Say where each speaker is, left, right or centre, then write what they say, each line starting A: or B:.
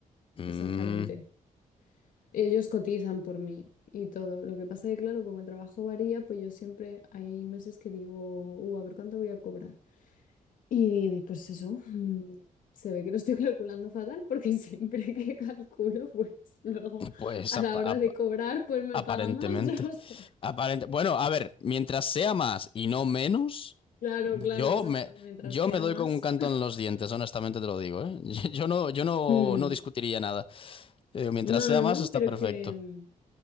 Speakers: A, on the left; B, on the left.
A: Mm,
B: Exactamente. Ellos cotizan por mí y todo. Lo que pasa es que, claro, como el trabajo varía, pues yo siempre hay meses que digo, uh, a ver cuánto voy a cobrar. Y pues eso, mm, se ve que lo estoy <laughs> calculando fatal porque <laughs> siempre que calculo, pues luego
A: pues
B: a
A: apa-
B: la hora
A: apa-
B: de cobrar, pues me
A: Aparentemente.
B: paga más. <laughs> O sea,
A: Aparente. Bueno, a ver, mientras sea más y no menos,
B: claro,
A: yo
B: claro, exacto,
A: me,
B: mientras
A: yo
B: sea
A: me doy
B: más.
A: con un canto en los dientes, honestamente te lo digo, ¿eh? <laughs> Yo no, yo no,
B: Mm,
A: no discutiría nada. Yo digo, mientras
B: No,
A: sea
B: no,
A: más,
B: no,
A: está
B: pero
A: perfecto.
B: que... mm,